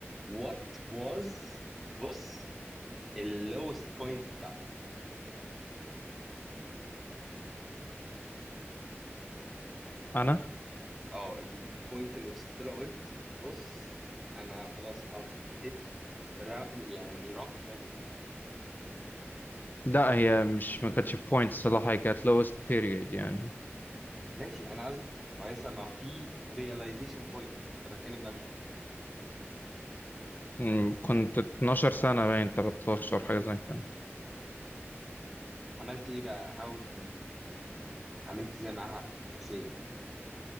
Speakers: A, in the centre; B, on the left (about 40°).
A: وات واز بص اللوست بوينت بتاعتي
B: انا
A: اه البوينت اللي وصلت له قلت بص انا خلاص اب هيت را... يعني روك بوتم
B: لا هي مش ما كانتش بوينت صراحه هي كانت لوست بيريد يعني
A: ماشي انا عايز ما هي لسه ما في ريلايزيشن بوينت انا بتكلم بقى في دي
B: أمم، كنت 12 سنه باين 13 حاجه زي كده
A: عملت ايه بقى هاو ديد يو يعني عملت ازاي معاها نفسيا